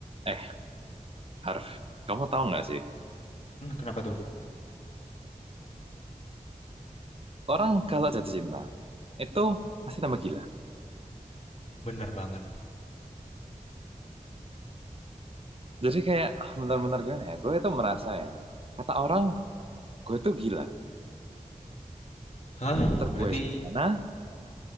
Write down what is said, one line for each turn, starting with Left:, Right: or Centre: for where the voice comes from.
Right: Eh, Harf, kamu tahu nggak sih?
Left: Hmm, kenapa tuh?
Right: Orang kalau jatuh cinta, itu pasti tambah gila.
Left: Bener banget.
Right: Jadi kayak benar-benar gimana ya? Gue itu merasa ya, kata orang, gue itu gila.
Left: Hah?
Right: Terbuai
Left: Berarti...
Right: sana